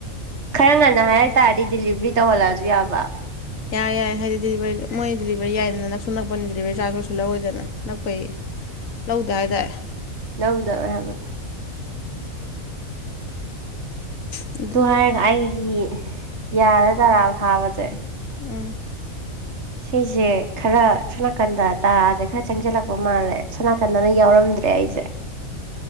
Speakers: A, on the right; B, on the left.
A: ꯈꯔ ꯉꯟꯅ ꯍꯥꯏꯔꯛ ꯇꯥꯔꯗꯤ ꯗꯤꯂꯤꯕꯔꯤ ꯇꯧꯍꯜꯂꯛꯑꯁꯨ ꯌꯥꯕ
B: ꯌꯥꯏ ꯌꯥꯏ ꯍꯥꯏꯗꯤ ꯗꯤꯂꯤꯚꯔꯤ ꯃꯣꯏ ꯗꯤꯂꯤꯚꯔꯤ ꯌꯥꯏꯗꯅ ꯅꯛꯁꯨ ꯅꯛꯄꯅꯤ ꯗꯤꯂꯤꯚꯔꯤ ꯆꯥꯔꯖ ꯑꯣꯏꯔꯁꯨ ꯂꯧꯔꯣꯏꯗꯅ ꯅꯛꯄꯩ ꯂꯧꯗꯥ ꯍꯥꯏꯗꯦ
A: ꯂꯧꯗꯕ ꯍꯥꯏꯕꯅꯦ
B: ꯑ
A: ꯇꯨ ꯍꯥꯏꯔꯒ ꯑꯩꯒꯤ ꯌꯥꯗ ꯇꯔꯥ ꯊꯥꯕꯁꯦ
B: ꯎ
A: ꯁꯤꯁꯦ ꯈꯔ ꯁꯣꯝ ꯅꯥꯀꯟꯗ ꯇꯔꯥꯁꯦ ꯈꯔ ꯆꯪꯁꯤꯜꯂꯛꯄ ꯃꯥꯜꯂꯦ ꯁꯣꯝ ꯅꯥꯀꯟꯗꯅ ꯌꯥꯎꯔꯝꯗ꯭ꯔꯦ ꯑꯩꯁꯦ